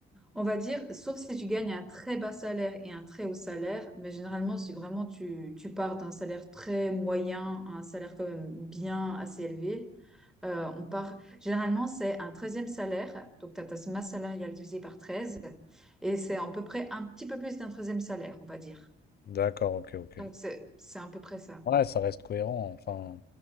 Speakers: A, in the centre; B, on the left.
A: on va dire, sauf si tu gagnes un très bas salaire et un très haut salaire, mais généralement, si vraiment tu, tu pars d'un salaire très moyen à un salaire quand même bien assez élevé, euh, on part, généralement, c'est un treizième salaire, donc tu as ta masse salariale divisée par 13, et c'est à peu près un petit peu plus d'un treizième salaire, on va dire.
B: D'accord, ok, ok.
A: Donc, c'est, c'est à peu près ça.
B: Ouais, ça reste cohérent. Enfin,